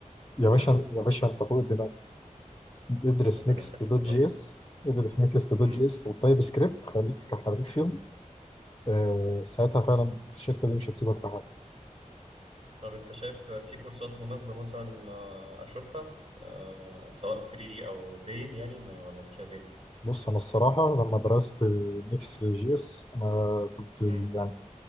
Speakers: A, on the left (about 30°); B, on the right (about 50°).
A: يا باشا
B: تمام
A: يا باشا انت فوق الدماغ ادرس
B: ربنا
A: نيكست
B: يخليك
A: دوت
B: والله
A: جي اس ادرس نيكست دوت
B: مم.
A: جي اس والتايب سكريبت خليك حريف فيهم آه ساعتها فعلا الشركه دي مش هتسيبك في حالك
B: طب انت شايف في كورسات مناسبة مثلا آه، اشوفها آه، سواء فري او بيد يعني ما ولا انت شايف ايه
A: بص انا الصراحه لما درست نيكست جي اس انا كنت
B: مم.
A: يعني